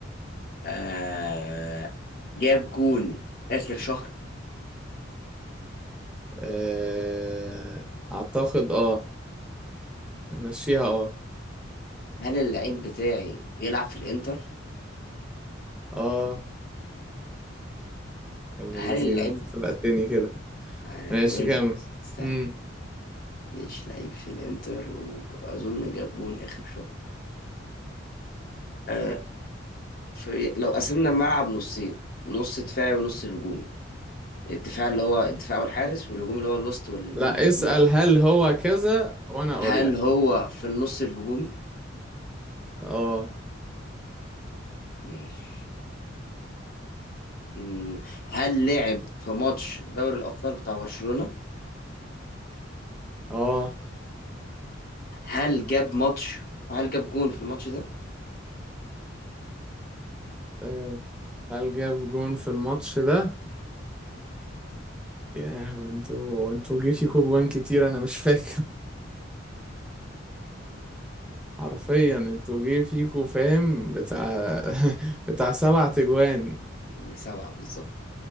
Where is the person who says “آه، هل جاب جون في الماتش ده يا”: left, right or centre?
Centre